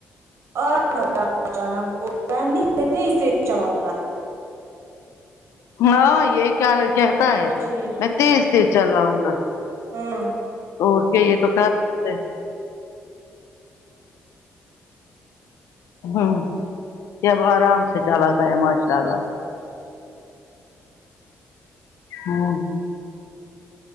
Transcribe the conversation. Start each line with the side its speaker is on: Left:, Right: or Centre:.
Right: آ مت یاں جانا بولتا نہیں میں تیز تیز چلاؤں گا
Left: ہاں یہ کیا کہتا
Right: میں نے
Left: ہے
Right: بولا ٹھیک
Left: میں تیز تیز چلا آؤں گا
Right: ہاں
Left: اور کیا یہ تو کرتے ہوں یہ اب آرام سے چلاتا ہے ماشاء اللہ ہوں